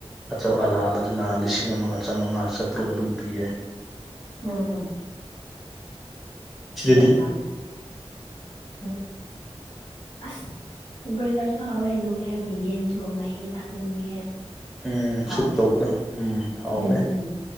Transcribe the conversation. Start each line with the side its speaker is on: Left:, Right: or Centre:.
Centre: ꯑꯆꯧ ꯑꯂꯥꯕꯗꯨꯅ ꯂꯤꯁꯤꯡ ꯑꯃꯒ ꯆꯃꯉꯥ ꯆꯥꯇ꯭ꯔꯨꯛ ꯑꯗꯨꯝ ꯄꯤꯌꯦ
Left: ꯎꯝ ꯎꯝ
Centre: ꯁꯤꯗꯗꯤ
Left: ꯒ꯭ꯌꯥꯟ ꯇꯥꯗꯦ ꯎꯝ ꯑꯁ ꯕ꯭ꯔꯣꯏꯂꯔꯁꯨ ꯍꯥꯎꯋꯦ ꯂꯣꯀꯦꯜꯒꯤ ꯌꯦꯟꯁꯨ ꯃꯍꯤ ꯊꯥꯛꯅꯤꯡꯉꯦ
Centre: ꯎꯝ
Left: ꯍꯥꯎꯕ
Centre: ꯁꯨꯞ ꯇꯧꯕꯗꯣ ꯎꯝ ꯍꯥꯎꯕꯅꯦ
Left: ꯎꯝ ꯎꯝ